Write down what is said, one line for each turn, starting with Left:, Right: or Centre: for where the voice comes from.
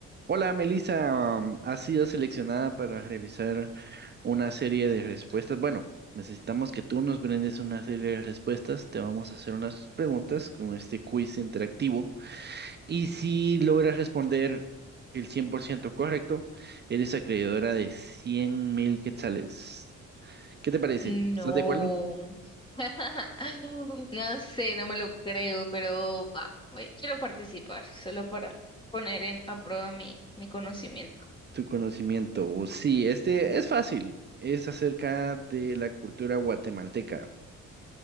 Right: Hola, Melissa, um, has sido seleccionada para realizar una serie de respuestas. Bueno, necesitamos que tú nos brindes una serie de respuestas. Te vamos a hacer unas preguntas con este quiz interactivo. Y si logras responder el 100% correcto, eres acreedora de cien mil quetzales. ¿Qué te parece?
Left: No.
Right: ¿Estás de acuerdo?
Left: <laughs> No sé, no me lo creo, pero va, voy- quiero participar, solo para poner en- a prueba mi, mi conocimiento.
Right: Tu conocimiento. Sí, este es fácil. Es acerca de la cultura guatemalteca.